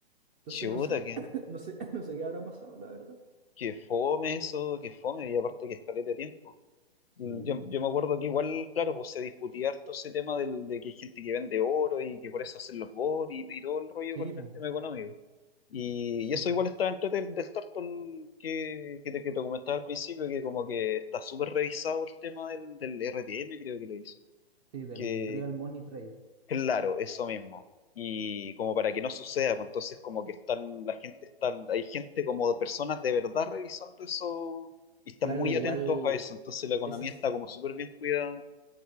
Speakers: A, on the right; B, on the left.
A: Entonces
B: chuta,
A: no sé,
B: qué,
A: <clears throat> no sé, <laughs> no sé qué habrá pasado, la verdad.
B: qué fome eso, qué fome, y aparte que escalete de tiempo.
A: Sí,
B: mm, Yo,
A: pues,
B: yo me acuerdo que igual, claro, pues se discutía harto ese tema del, de que hay gente que vende oro y que por eso hacen los bots y, y todo el rollo
A: sí,
B: con
A: pues,
B: el tema económico. Y,
A: sí,
B: y eso
A: pues,
B: igual está dentro del, del Tarton que, que, te, que te comentaba al principio, que como que está súper revisado el tema del, del RTM, creo que le dice.
A: sí, del
B: que
A: Real Money Trade.
B: Claro, eso mismo. Y como para que no suceda, pues entonces como que están, la gente está, hay gente como de personas de verdad revisando eso y están
A: Claro,
B: muy
A: igual
B: atentos a eso. Entonces la economía
A: ese es-
B: está como súper bien cuidada